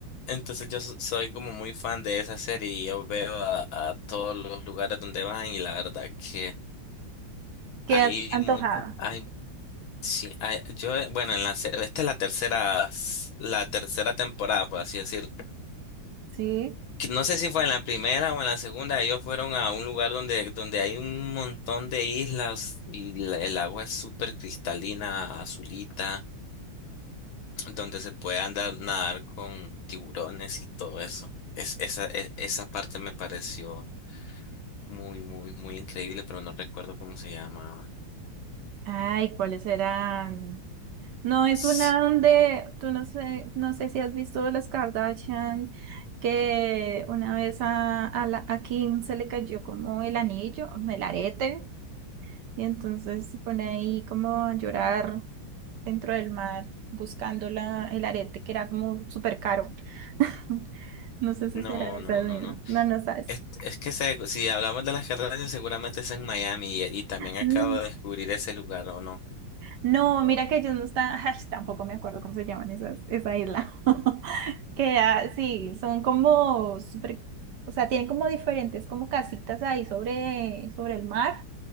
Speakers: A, on the left (about 75°); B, on the right (about 65°).
A: Entonces yo so- soy como muy fan de esa serie y yo veo a, a todos los lugares donde van y la verdad que
B: ¿Qué
A: hay
B: has antojado?
A: mucha, hay Sí, ah, yo, eh, bueno, en la, se- esta es la tercera, s- la tercera temporada, por así decir.
B: Sí.
A: Que No sé si fue en la primera o en la segunda, ellos fueron a un lugar donde, donde hay un montón de islas y la- el agua es súper cristalina, azulita, donde se puede andar, nadar con tiburones y todo eso. Es, esa, e- esa parte me pareció muy, muy, muy increíble, pero no recuerdo cómo se llamaba.
B: Ay, ¿cuáles serán? No, es
A: Sí,
B: una donde tú no sé, no sé si has visto las Kardashian, que una vez a, a, la- a Kim se le cayó como el anillo, el arete, y entonces se pone ahí como a llorar. dentro del mar buscando la, el arete que era como súper caro. <laughs> No sé si
A: No,
B: serán esas
A: no, no,
B: mismas.
A: no.
B: No, no sabes.
A: Es, es que se- si hablamos de las carreras, seguramente es en Miami y, y también acabo
B: Mm,
A: de descubrir ese lugar, ¿o no?
B: No, mira que ellos no están, <laughs> ay, tampoco me acuerdo cómo se llaman esas, esa isla. <laughs> Que era, sí, son como súper, o sea, tienen como diferentes como casitas ahí sobre, sobre el mar.